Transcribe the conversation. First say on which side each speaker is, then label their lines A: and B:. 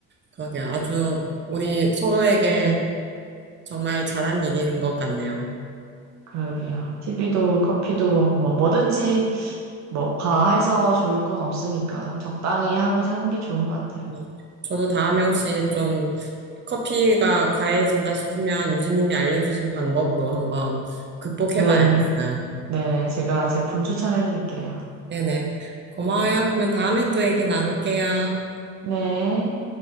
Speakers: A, on the right; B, on the right.
A: 그러게요. 아주 우리 서로에게 정말 잘한 일인 것 같네요.
B: 그러게요. TV도 커피도 뭐 뭐든지 뭐 과해서 좋을 건 없으니까 적당히 하고 사는 게 좋은 것 같아요.
A: 네. 저도 다음에 혹시 좀 커피가 과해진다 싶으면 유진님이 알려주신 방법으로 한번 극복해봐야겠어요.
B: 네, 네, 제가 제품 추천해 드릴게요.
A: 네네. 고마워요. 그러면 다음에 또 얘기 나눌게요.
B: 네.